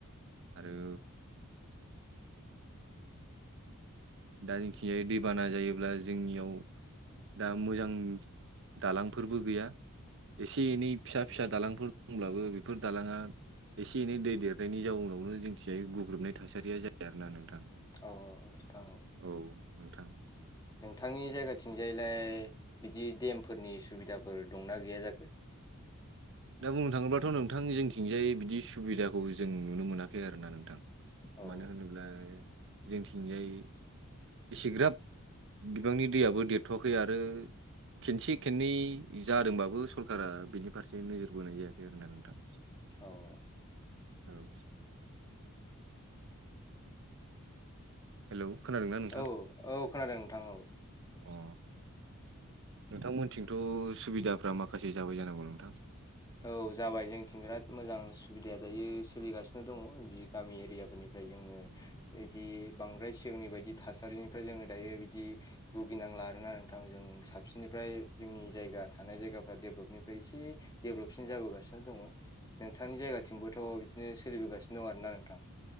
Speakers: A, on the right; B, on the left.
A: आरो दा जोंथिंजाय दैबाना जायोब्ला जोंनियाव दा मोजां दालांफोरबो गैया। एसे एनै फिसा फिसा दालांफोर दंब्लाबो बेफोर दालाङा एसे एनै दै देरनायनि जाउनावनो जोंनिथिंजाय गग्रुबनाय थासारिया जायो आरोना नोंथां।
B: औ औ औ नोंथां औ।
A: औ नोंथां
B: नोंथांनि जायगाथिंजायलाय बिदि देमफोरनि सुबिदाफोर दंना गैया जाखो
A: दा बुंनो थाङोबाथ' नोंथां जोंथिंजाय बिदि सुबिदाखौ जों नुनो मोनाखै आरो ना नोंथां
B: औ
A: मानो होनोब्ला जोंथिंजाय एसेग्राब बिबांनि दैयाबो देरथ'वाखै आरो खेनसे खेननै जादोंबाबो सरकारा बेनि फारसे नोजोर बोनाय जायाखै आरोना नोंथां
B: औ
A: औ हेलौ खोनादोंना नोंथां
B: औ औ खोनादों नोंथां औ
A: अ नोंथांमोनथिंथ' सुबिदाफ्रा माखासे जाबाय जानांगौ नोंथां
B: औ जाबाय जोंनिथिं बिराद मोजां सुबिदाया दायो सोलिगासिनो दङ बिदि गामि एरियाफोरनि ओमफ्राय जोङो बिदि बांद्राय सिगांनि बायदि थासारिनिफ्राय जोङो दायो बिदि भुगिनांला आरोना नोंथां जों साबसिननिफ्राय जोंनि जायगा थानाय जायगाफ्रा डेभलपनिफ्राय एसे डेभेलपसिन जाबोगासिनो दङ नोंथांनि जायगाथिंबोथ' बिदिनो सोलिबोगासिनो दं आरो ना नोंथां